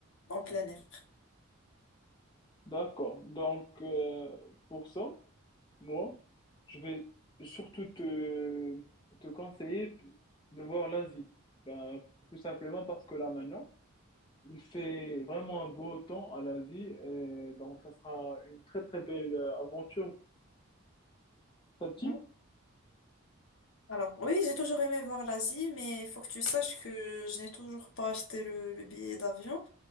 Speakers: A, on the left; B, on the left.
A: en plein air.
B: d'accord. Donc, euh, pour ça, moi, je vais surtout te, te conseiller de voir l'Asie. Ben, tout simplement parce que là maintenant, il fait vraiment un beau temps à l'Asie, et donc ça sera une très très belle euh, aventure. Ça te
A: Mhm.
B: dit?
A: Alors, oui, j'ai toujours aimé voir l'Asie, mais il faut que tu saches que je n'ai toujours pas acheté le, le billet d'avion